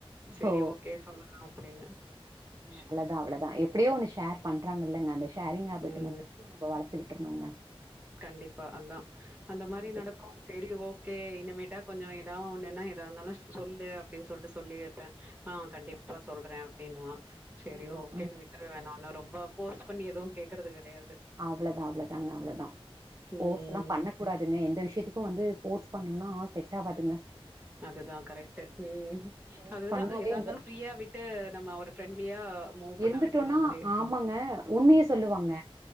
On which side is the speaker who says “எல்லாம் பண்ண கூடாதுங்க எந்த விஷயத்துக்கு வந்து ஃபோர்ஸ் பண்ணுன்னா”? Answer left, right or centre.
Right